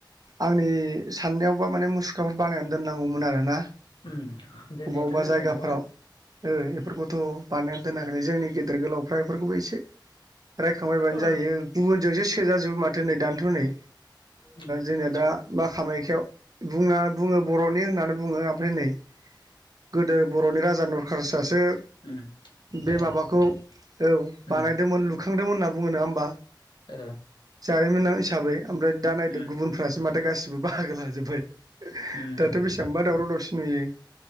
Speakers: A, on the right; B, on the left.
A: आंनि साननायावबा माने मुसुखाफोर बानायनानै दोननांगौमोन आरोना।
B: ओम दोननायाथ'
A: अबेबा अबेबा
B: दोननांगौमोन।
A: जायगाफोराव बेफोरखौथ' बानायनानै दोनाखैै जोंनि गेदेर गोलावफ्रा बेफोरखौबो एसे रायखांबायबानो
B: ओ
A: जायो गुबुनजोंसो सेजाजोबो माथो नै दानोथ' नै
B: उम
A: जोंनो दा बा कामायखयाव बुंना बुंङो बर'नि होननानै बुंङो ओमफ्राय नै गोदो बर'नि राजा नरखासुर आसो
B: उम
A: बे
B: ए
A: माबाखौ औ
B: उम
A: बानायदोंमोन लुखांदोंमोन होनना बुंङो नंङा होमबा?
B: ओ
A: जारिमिन हिसाबै ओमफ्राय दा नायदो
B: उम
A: गुबुनफ्रासो माथो गासिबो बाहागो लाजोब्बाय।
B: उम
A: दाथ' बेसेबांबा दावराव दावसि नुयो